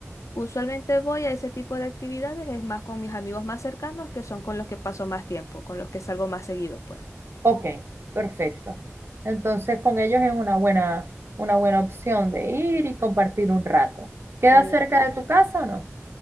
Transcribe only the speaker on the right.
ok, perfecto. Entonces con ellos es una buena, una buena opción de ir y compartir un rato. ¿Queda
cerca de tu casa o no?